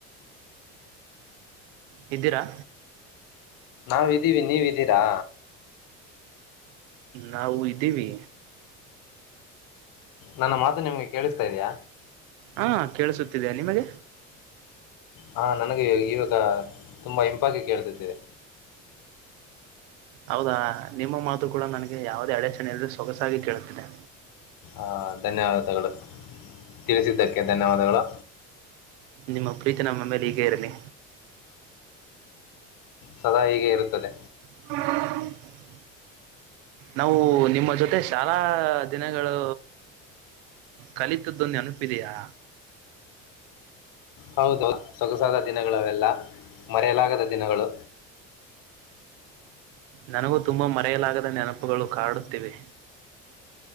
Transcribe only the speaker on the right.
ತಿದ್ದೀರಾ
ನಾವು ಇದ್ದೀವಿ
ಹಾ ಕೇಳಸುತ್ತಿದೆ ನಿಮಗೆ
ಹೌದಾ ನಿಮ್ಮ ಮಾತು ಕೂಡ ನನಗೆ ಯಾವುದೇ ಅಡಚಣೆ ಅಲ್ಲರೆ ಸೊಗಸಾಗಿ ಕೇಳುತ್ತಿದೆ
ನಿಮ್ಮ ಪ್ರೀತಿ ನಮ್ಮ ಮೇಲೆ ಈಗೆ ಇರಲಿ
<inaudible> ನಾವು ನಿಮ್ಮ ಜೊತೆ ಶಾಲಾ ದಿನಗಳು ಕಲಿತದ್ದು ನೆನಪಿದಿಯಾ
ನನಗೂ ತುಂಬಾ ಮರೆಯಲಾಗದ ನೆನಪುಗಳು ಕಾಡುತ್ತಿವೆ.